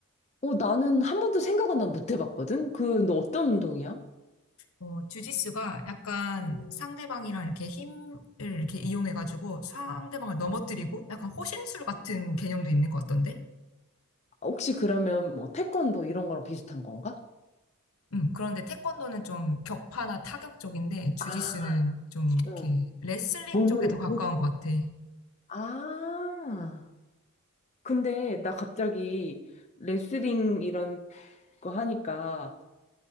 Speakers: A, on the left (about 30°); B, on the left (about 80°).
A: 어, 나는 한 번도 생각은 난 못 해봤거든? 그, 너 어떤 운동이야?
B: 어, 주짓수가 약간 상대방이랑 이렇게 힘을 이렇게 이용해가지고 상대방을 넘어뜨리고 약간 호신술 같은 개념도 있는 것 같던데?
A: 혹시 그러면 뭐 태권도 이런 거랑 비슷한 건가?
B: 음, 그런데 태권도는 좀 격파나 타격 쪽인데 주짓수는
A: 아,
B: 좀 이렇게
A: 어.
B: 레슬링
A: 몸으로.
B: 쪽에 더 가까운 것 같아.
A: 아. 근데 나 갑자기 레슬링 이런 거 하니까